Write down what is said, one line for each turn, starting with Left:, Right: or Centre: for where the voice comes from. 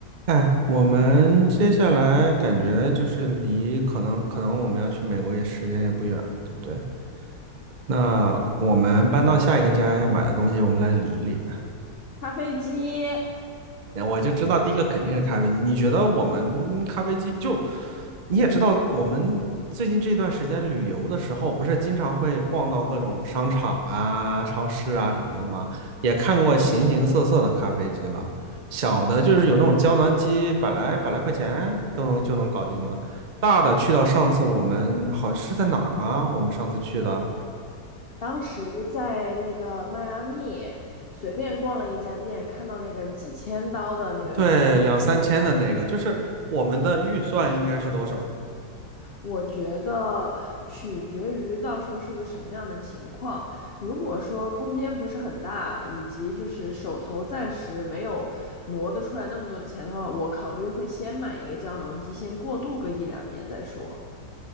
Right: 哎，我们接下来感觉就是离可能可能我们要去美国也时间也不远了，对不对？那我们搬到下一个家要买的东西，我们来理一理呗。
Left: 咖啡机，
Right: 我就知道第一个肯定是咖啡机。你觉得我们咖啡机就你也知道，我们最近这段时间旅游的时候，不是经常会逛到各种商场啊、超市啊什么的吗？也看过形形色色的咖啡机了，小的就是有那种胶囊机，百来百来块钱都能就能搞定了。大的去到上次我们好是在哪儿啊？我们上次去的，
Left: 当时在那个迈阿密随便逛了一家店，看到那个几千刀的那个咖，
Right: 对，两三千的那个，就是我们的预算应该是多少呢？
Left: 我觉得取决于到时候是个什么样的情况。如果说空间不是很大，以及就是手头暂时没有挪得出来那么多的钱的话，我考虑会先买一个胶囊机，先过渡个一两年再说。